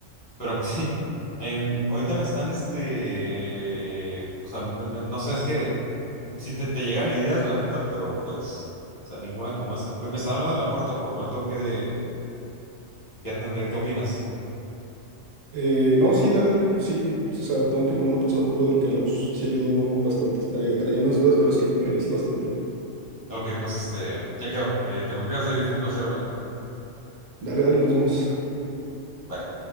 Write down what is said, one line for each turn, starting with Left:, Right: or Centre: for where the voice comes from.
Left: pero pues <laughs> sí, em, ahorita me están, este, o sea, me- me- no sé, es que sí te, te llegan ideas, la neta, pero pues, o sea, ninguna como esa. Me, me estaba hablando de la puerta, por lo cual tengo que, que atender. ¿Qué opinas?
Right: Eh, no, sí, dale, dale. Sí, o sea, tengo que ponerme a pensar un poco de lo que hablamos. Sí, ayudó bastante. Tra- Traía, unas dudas, pero sí, me ayudaste bastante.
Left: Ok, pues este, ya quedó. Eh, te me cuidas, David, fue un placer hablar.
Right: Dale, dale, nos vemos.
Left: Bye.